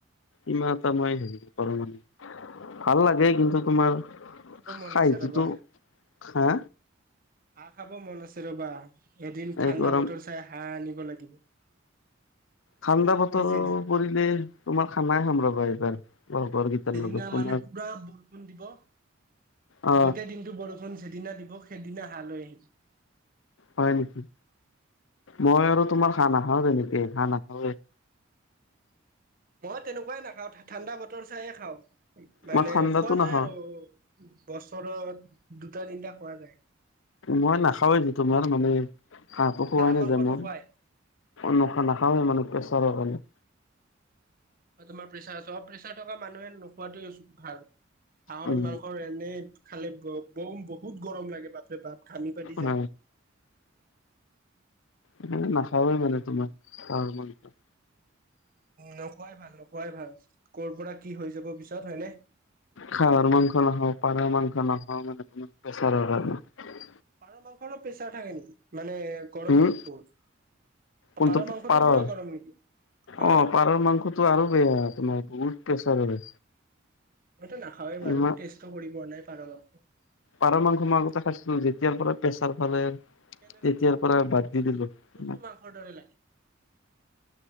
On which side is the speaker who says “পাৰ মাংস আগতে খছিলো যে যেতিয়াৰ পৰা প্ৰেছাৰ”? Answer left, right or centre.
Left